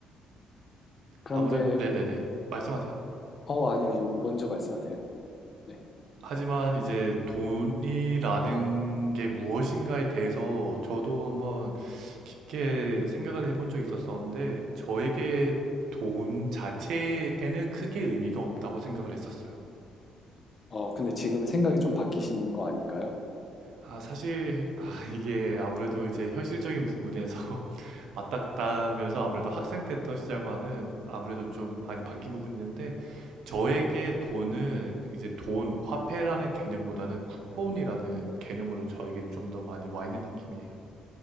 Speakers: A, on the left; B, on the right.
A: 그런데,
B: 아무래도, 네네네. 말씀하세요.
A: 어, 아니, 아니, 먼저 말씀하세요. 네.
B: 하지만 이제 돈이라는 게 무엇인가에 대해서 저도 한번 깊게 생각을 해본 적이 있었었는데, 저에게 돈 자체에는 크게 의미가 없다고 생각을 했었어요.
A: 어, 근데 지금 생각이 좀 바뀌신 거 아닌가요?
B: 아, 사실, 아, 이게 아무래도 이제 현실적인 부분에서 <laughs> 맞닥다면서 아무래도 학생 때 했던 시절과는 아무래도 좀 많이 바뀐 부분이 있는데, 저에게 돈은 이제 돈, 화폐라는 개념보다는 쿠폰이라는 개념으로 저에겐 좀 더 많이 와 있는 느낌이에요.